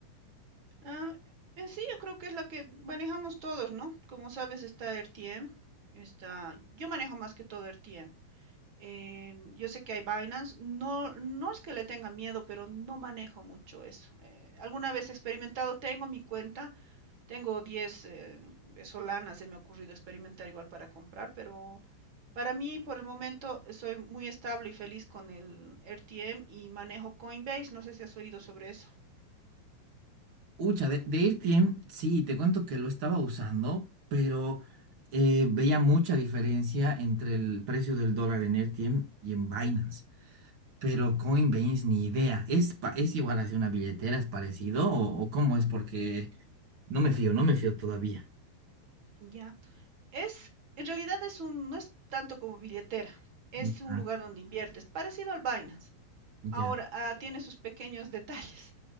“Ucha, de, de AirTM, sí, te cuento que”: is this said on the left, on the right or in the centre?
Right